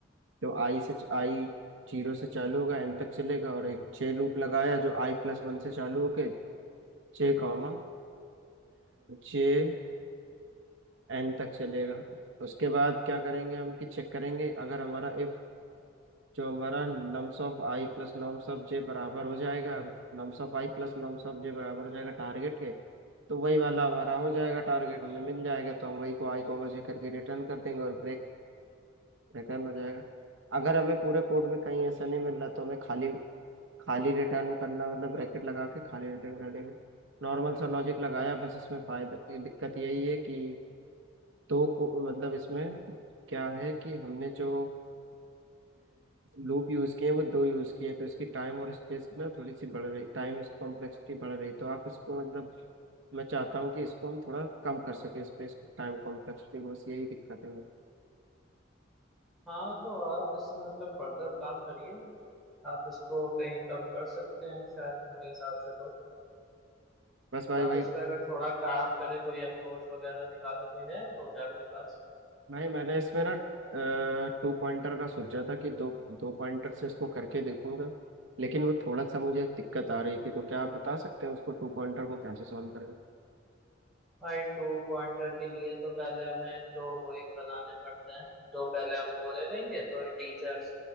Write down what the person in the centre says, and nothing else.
हाँ तो आप इसमें मतलब फर्दर काम करिए आप इसको कहीं कम कर सकते हैं शायद मेरे हिसाब से तो
आप
इस पर अगर थोड़ा काम करें कोई अप्रोच वगैरह निकाले कोई है अप्रोच आपके पास
भाई टू पॉइंटर के लिए तो पहले हमें दो वो एक बनाने पड़ते हैं दो पहले हम वो ले लेंगे दो इंटीजर्स